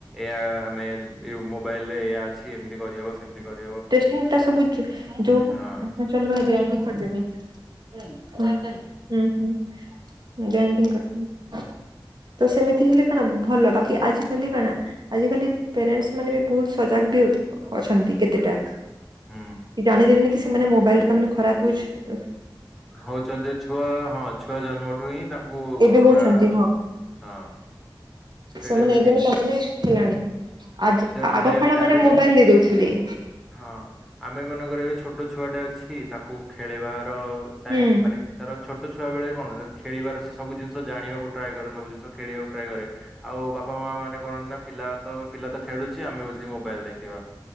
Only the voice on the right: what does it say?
<unintelligible> ହୁଁ-
ହୁଁ- ହୁଁ ଗ୍ରାଇଣ୍ଡି କରିଦେବି। ତ ସେମିତି ହେଲେ କଣ ଭଲ ବାକି ଆଜି କାଲି କଣ ଆଜିକାଲି ପ୍ୟାରେଣ୍ଟସ୍ ମାନେ ବି ବହୁତ ସଜାଗ୍ ବି ଅଛନ୍ତି କେତେଟା
କି ଜାଣିଦେଲେନି କି ସେମାନେ ମୋବାଇଲ ତା ମାନେ ଖରାପ୍ ହୋଇଚି
ଏବେ ହଉଛନ୍ତି
ସେମାନେ
ଏବେବି
ତା
ମାନେ ହେଲାଣି ଆଜି
ଆଗକାଳ
ମାନେ ମୋବାଇଲ ଦେଇ ଦଉଥି ଲେ।
ହୁଁ